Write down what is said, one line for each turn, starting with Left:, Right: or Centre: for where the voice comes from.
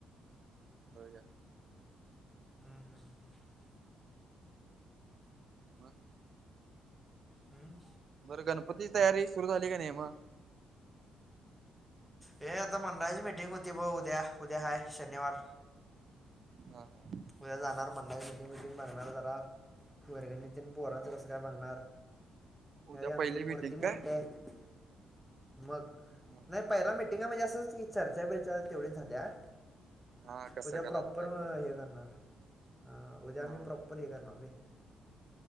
Right: होय काय
Centre: हा हा <unintelligible>
Right: म
Centre: हम्म
Right: बरं गणपतीची तयारी सुरू झाली का नाही मग?
Centre: ये आता मंडळाची मीटिंग होती बघ. उद्या उद्या हाय शनिवार.
Right: हा हा
Centre: उद्या जाणार मंडळाची मिटिंग मिटिंग बगणार जरा वर्गणी तेण पोराचं
Right: हा हा.
Centre: कसं काय बघणार. हेय
Right: उद्या
Centre: आमची
Right: पहिली
Centre: मूर्ती
Right: मिटिंग
Centre: मोठी
Right: काय
Centre: आहं. मग
Right: हा
Centre: नाही
Right: हा.
Centre: पहिला मिटिंग आहे <inaudible> म्हणजे असंच की चर्चा बिरच्या तेवढीचं झालीया.
Right: हा कसं
Centre: उद्या
Right: करायचं
Centre: प्रॉपर
Right: काय करायचं
Centre: हे करणार. अ उद्या आम्ही
Right: हा
Centre: प्रॉपर हे करणार रे.